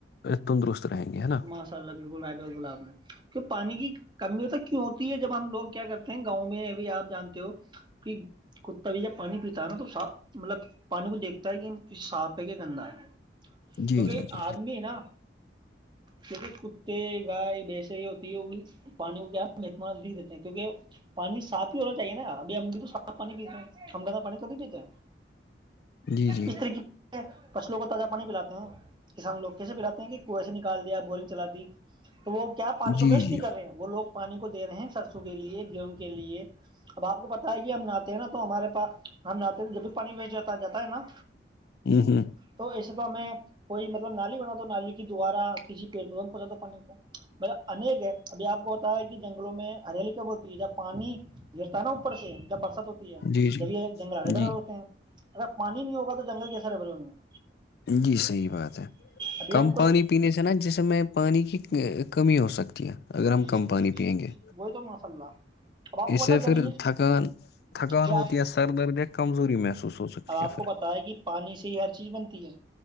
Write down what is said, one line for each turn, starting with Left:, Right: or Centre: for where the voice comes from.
Left: تندرست رہیں گے ہے نا
Right: ماشاء اللہ بالکل نائڈ گلاب نے کی پانی کی کمی ت کیوں ہوتی یہ جب ہم لوگ کیا کرتے ہیں گاؤں میں اب بھی آپ جانتے ہو کہ کتا بھی جب پانی پیتا ہے نا تو صاف مطلب پانی کو دیکھتا ہے کہ صاف ہے کہ گندا ہے
Left: جی
Right: کیونکہ
Left: جی جی
Right: آدمی ہے نا کیونکہ کتے گائے بیسے یہ ہوتی ہے وہ بھی پانی کو کیا ہے متم دیتے ہیں کیونکہ پانی صاف ہی ہونا چاہیے نا ابھی ہم بھی تو صاف پانی پیتے ہیں ہم گہ پانی کبھی پیتے ہیں
Left: جی جی
Right: اس طرح کی فصلوں کو تازہ پانی پلاتے ہیں کسان لوگ کیسے پلاتے ہیں کہ کنویں سے نکل کال دیا بورنگ چل دی تو وہ کیا پانی
Left: جی
Right: کو ویسٹ
Left: جی
Right: نہیں کر رہے وہ لگ پانی کو دے رہے ہیں سرسوں لیے گیہوں کے لیے اب آپ کو پتا ہے کہ ہم نہتے ہیں نا تو ہمارے پاس ہم نہے تو جب بھی پانی وٹ جاتا ہے نا
Left: ہوں ہوں
Right: تو ایسے تو ہمیں کوئی مطلب نالی بنا دو نالی کی دوارا کسی پڑ پہنچاتا پانی کو مطیک ہے ابھی آپ کو پتا ہے کہ جنگلوں میں ہریالی کب ہوتی ہے جب پانی گرتا ہے نا اوپر سے جب بر ہوتی ہے
Left: جی جی
Right: جب یہ جنگل ہرے بھرے
Left: جی
Right: ہوے ہوتے ہیں اگر پانی نہیں ہوگا تو جنگل کیسے ہرے بھرے ہووں گے
Left: جی صحیح بات ہے
Right: ابھی
Left: کم
Right: ہم کو
Left: پانی پینے سے نا جس مے پانی کی کمی ہو سکتی ہے اگر ہم
Right: جی
Left: کم پانی پیئیں گے
Right: وہی تو ماشاء اللہ اب آپ کو
Left: اس سے
Right: پتا گرمی
Left: پھر تھکان تھکان
Right: ج
Left: ہوتی
Right: آپ
Left: ہے سر درد یا کمزوری محسوس ہو سکتی
Right: آپ کو
Left: پھر
Right: پتا ہے کہ پانی سے ہی ہر چیز بن تی ہے